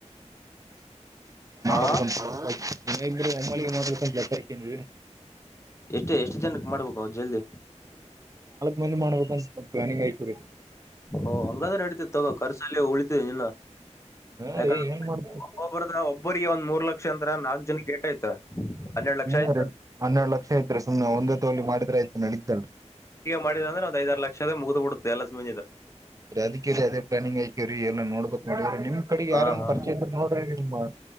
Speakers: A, on the right (about 30°); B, on the left (about 25°).
A: ಮಾಳಬಗ
B: ಹಾ
A: ಮ ಮ ಕೊ ಕಕಿದೆ
B: ಎಷ್ಟು ಎಷ್ಟು ಜನಕ್ಕೆ ಮಾಡ್ಬೇಕು ಅವ ಜಲ್ದಿ
A: ಮುಂದೆ ಮಾಡಬೇಕಂತ ಸ್ ಪ್ಲಾನಿಂಗ್ ಆ್ಕ ರ
B: ಓ ಹಂಗಾದ್ರೆ ನಡೀತತ್ ತಗೋ ಕರ್ಸಲ್ಲಿ ಉಳಿತ ನಿನ್ನ
A: ಹಾ
B: ಯಾಕಂದ್ರೆ
A: ರೀ ಏನ್ ಮಾಡ್ಬೇಕು
B: ಒಬ್ಬೊಬ್ರದ ಒಬ್ಬರಿಗೆಗೆ ಒಂದ್ ಮೂರ್ ಲಕ್ಷ ಅಂದ ನಾಕ್ ಜನ್ ಗೇಟ ಆ್ತು ಹನ್ನೆರಡು ಲಕ್ಷ ಆಯ್ತು
A: ಹಾ ರೀ ಹನ್ನೆರಡ್ ಲಕ್ಷ ಐತ್ರಿ ಸುಮ್ನೆ ಒಂದೇ ತೋಲಿ ಮಾಡಿದ್ರ ಆಯ್ತು ನಡೀತಲ್ರಿ
B: ಮಾಡ ಅಂದ್ರೆ ಒಂದು ಐದ್ರ್ ಲಕ್ಷ ಮುಗಿದ್ ಬಿಡುತ್ತೆ ಎಲ್ಲ ಸುಮ
A: ದ ಕೇಳ ಅದೇ ಪ್ಲಾನಿಂಗ್ ಆಐಕವ ರ ಎ ನೋಡ್ಬೇಕಕ್ ಮಾಡರಿ ನಿಮ್ ಕಡೆ
B: ಹಾ
A: ಯಾರನ್
B: ಹಾ
A: ಪರಿಚಯ ಇದ್ರರು ನೋಡ್ರಿ ನಿಮ್